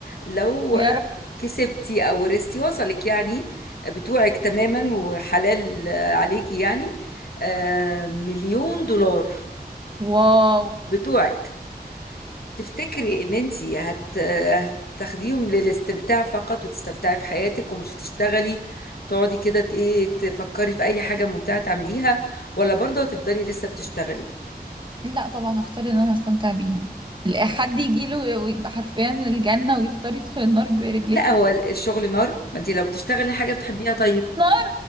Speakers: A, on the left; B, on the right.
A: لو
B: يا رب
A: <laughs> كسبتي او ورثتي وصلك يعني بتوعك تماما وحلال آه، عليكي يعني آه، مليون دولار
B: واو
A: بتوعك تفتكري ان انتي هت... هتاخديهم للاستمتاع فقط وتستمتعي في حياتك ومش هتشتغلي تقعدي كده ت- ايه تفكري في اي حاجة ممتعة تعمليها ولا برضه هتفضلي لسه بتشتغلي
B: لا طبعا هختار ان انا استمتع بيهم لا حد يجيله ويبقى حرفيا الجنة ويختار يدخل النار برجليه
A: لا هو ال- الشغل نار ما انتي لو بتشتغلي حاجة بتحبيها طيب
B: نار